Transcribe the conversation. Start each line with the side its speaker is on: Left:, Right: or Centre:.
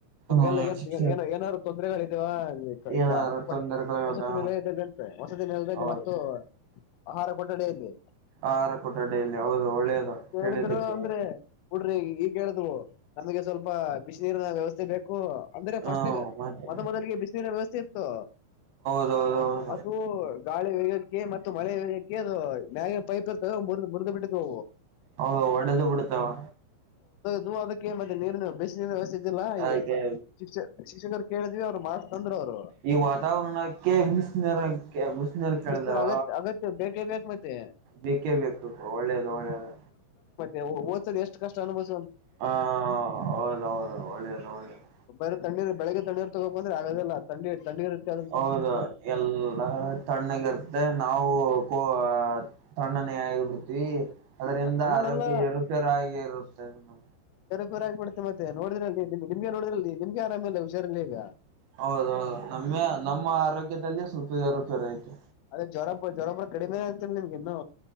Left: ನಿಮ್ಗೆಲ್ಲ
Right: ಹ
Left: ಏನ
Right: ಶಿಕ್ಷ
Left: ಏ ಏನ ಏನಾದ್ರೂ ತೊಂದರೆಗಳ ಇದ. ಇದು ಓಹ್ ಅಲಿ
Right: ಏನಾರ
Left: <unintelligible>
Right: ತೊಂದರೆಗಳದ
Left: ವಸತಿ ನಿಲಯ ಇದೆ ಅಲಿ ಅಂತ ವಸತಿ <unintelligible>
Right: ಹೌದು
Left: ಮತ್ತು. ಆಹಾರ ಕೊಟ್ಟಡೆಯಲ್ಲಿ.
Right: ಆಹಾರ ಕೊಟ್ಟ ಡೈಲಿ ಹೌದು ಒಳ್ಳೇದು
Left: ಕೇಡಿದ್ರು
Right: ಕೇಳಿದ್ದಕ್ಕೆ
Left: ಅಂದ್ರೆ <unintelligible> ಈ ಕೇಳ. <unintelligible> ನಮಗೆ ಸ್ವಲ್ಪ ಬಿಸಿನ ನೀರಿನ ವ್ಯವಸ್ಥೆ ಬೇಕ್. ಕು ಅಂದ್ರೆ
Right: ಹ್ಮ
Left: ಫರ್ಸ್ಟ್ ನ್ಯಾಗ
Right: ಮತ್ತೆ
Left: ಮೊದ ಮೊದಲಿಗೆ ಬಿಸಿನೀರ ವ್ಯವಸ್ಥೆ ಇತ್ತು.
Right: <inaudible>
Left: ಅದು ಗಾಳಿ ವೇಗಕ್ಕೆ ಮತ್ತು ಮಳೆ ವೇಗಕ್ಕೆ ಅದು ಮ್ಯಾಗ ಪೈಪ್ ಇರ್ತದೆ ಮೂರದ್ ಮುರಿದ್ ಬಿಟ್ಟಿದ್ದು.
Right: ಹೌದ ಒಡೆದು ಬಿಡ್ತಾವ.
Left: ದು ಅದಕ ಏನ್ ಮಾಡಿನಿ ನೀರಿನ ಬಿಸಿ ನೀರಿನ ವ್ಯವಸ್ಥೆ. ಇದ್ದಿರಲಿಲ್ಲ
Right: ಅದಕ್ಕೆ
Left: ಈಗ ಸ ಶಿಕ್ಷ ಶಿಕ್ಷಕರ ಕೇಳಿದಿವವಿ ಅವ್ರು ಮಾಡಸ್ತಂದ್ರರು ಅವ್ರು.
Right: ಈ ವಾತಾವರಣಕ್ಕೆ ಬಿಸಿನೀರ್ ಬಿಸಿ ನೀರ ಕೇಳಿದಾವ.
Left: ಶಿಕ್ಷಕರು ಅಗತ್ಯ ಅಗತ್ಯ ಬೇಕೇ ಬೇಕಕ್ ಮತ್ತೆ
Right: ಬೇಕೇ ಬೇಕು ಒಳ್ಳೇದು ಒಳ್ಳೇದು.
Left: ಏ ಹೋದ್ಸಲಿ ಎಷ್ಟು ಕಷ್ಟ ಅನುಭವ.
Right: ಹಾ ಹೌದ ಹೌದು ಒಳ್ಳೇದು ಒಳ್ಳೇದು.
Left: ಬರ ತಣ್ಣೀರು ಬೆಳಗ್ಗೆ ತಣ್ಣೀರ್ ತಗೋ ಬಂದ್ರೆ ಆಗದಲ್ಲ ತಣ್ಣೀರ ತಣ್ಣೀರ ಅಂತೆ.
Right: ಹೌದು ಎಲ್ಲ ತಣ್ಣಗ ಇರ್ತ್ತೆ ನಾವು ಕೋ ತಣ್ಣನೇ ಆಗಿಬಿಡ್ತಿೀವಿ ಅದರಿಂದ
Left: ಆ ತಣ್ಣನೆಲ್ಲ
Right: ಆರೋಗ್ಯ ಎರುಪೇರಾಗೇ ಇರುತ್ತೆ. <unintelligible>
Left: ಪೂರಾ ಯಾಕ್ ಬಿಡ್ತಿ ಮತ್ತೆ ನೋಡ್ರಲ್ಲಿ ನಿಮಗೆ ನೋಡ್ರಲ್ಲಿ ನಿಮ್ಗೆ ಆರಾಮ ಇಲ್ಲ ಹುಷಾರಲ್ಲಿ ಈಗ.
Right: ಹೌದೌದು ನಮ್ಮೆ ನಮ್ಮ ಆರೋಗ್ಯದಲ್ಲಿ ಸ್ವಲ್ಪ ಏರು ಪೇರು ಐತಿ.
Left: ಅದೇ ಜ್ವರಪ್ಪ ಜ್ವರಪ್ಪ ಕಡಿಮೆ ಆಗ್ತಲ್ಲ ನಿಮ್ಗೆ ಇನ್ನು.